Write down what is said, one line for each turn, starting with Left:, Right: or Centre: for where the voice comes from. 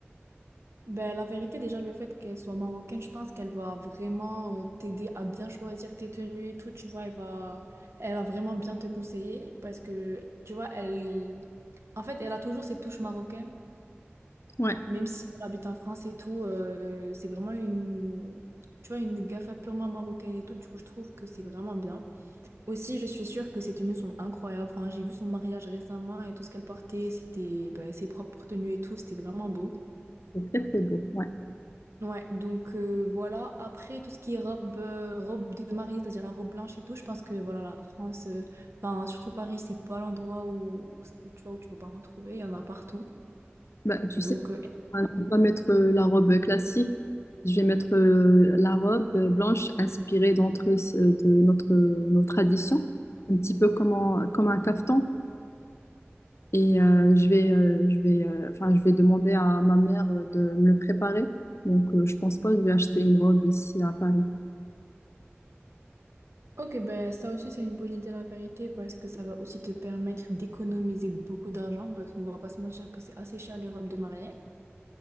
Right: Ben, la vérité, déjà, le fait qu'elle soit marocaine, je pense qu'elle va vraiment euh, t'aider à bien choisir tes tenues et tout, tu vois, elle va, elle va vraiment bien te conseiller parce que, tu vois, elle, en fait, elle a toujours cette touche marocaine,
Left: Ouais,
Right: même si elle habite en France et tout, euh, c'est vraiment une, tu vois, une gafa purement marocaine et tout, du coup, je trouve que c'est vraiment bien. Aussi, je suis sûre que ses tenues sont incroyables, enfin, j'ai vu son mariage récemment et tout ce qu'elle portait, c'était, ben, ses propres tenues et tout, c'était vraiment beau.
Left: c'est très très beau. Ouais.
Right: Ouais, donc euh, voilà. Après, tout ce qui est robe, euh, robe de mariée, c'est-à-dire la robe blanche et tout, je pense que voilà, la France, euh, enfin, surtout Paris, c'est pas l'endroit où, où, où tu vois, où tu peux pas en trouver. Il y en a partout.
Left: Bah, tu
Right: Donc,
Left: sais,
Right: euh,
Left: Enfin, Je vais pas mettre euh, la robe classique, je vais mettre euh, la robe euh, blanche inspirée d'entre, euh, de notre, euh, nos traditions, un petit peu comme, en- comme un caftan. Et euh, je vais, euh, je vais, euh, enfin, je vais demander à ma mère euh, de me le préparer. Donc, euh, je pense pas que je vais acheter une robe ici à Paris.
Right: ok, ben ça aussi, c'est une bonne idée, la vérité, parce que ça va aussi te permettre d'économiser beaucoup d'argent, parce qu'on va pas se mentir que c'est assez cher les robes de mariée.